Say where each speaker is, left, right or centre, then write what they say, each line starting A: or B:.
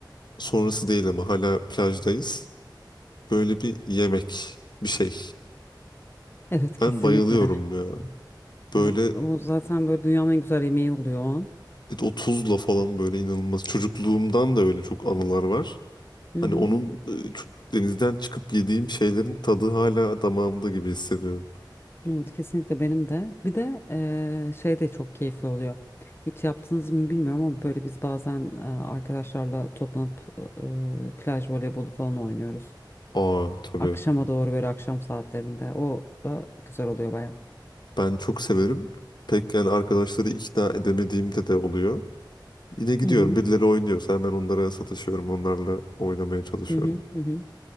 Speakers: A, on the left; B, on the left.
A: sonrası değil ama hala plajdayız. Böyle bir yemek bir şey.
B: Evet kesinlikle.
A: Ben bayılıyorum ya. Böyle
B: Evet o zaten böyle dünyanın en güzel yemeği oluyor o an.
A: o tuzla falan böyle inanılmaz. Çocukluğumdan da öyle çok anılar var.
B: Hı
A: Hani
B: hı.
A: onun e, çok- denizden çıkıp yediğim şeylerin tadı hala damağımda gibi hissediyorum.
B: Evet kesinlikle benim de. Bir de eee, şey de çok keyifli oluyor. Hiç yaptınız mı bilmiyorum ama böyle biz bazen eee, arkadaşlarla toplanıp eee, plaj voleybolu falan oynuyoruz.
A: Aa tabii.
B: Akşama doğru böyle akşam saatlerinde. O da güzel oluyor baya.
A: Ben çok severim. Pek yani arkadaşları ikna edemediğimde de oluyor. Yine gidiyorum
B: Hı hı.
A: birileri oynuyorsa hemen onlara sataşıyorum. Onlarla oynamaya çalışıyorum.
B: Hı hı. Hı hı.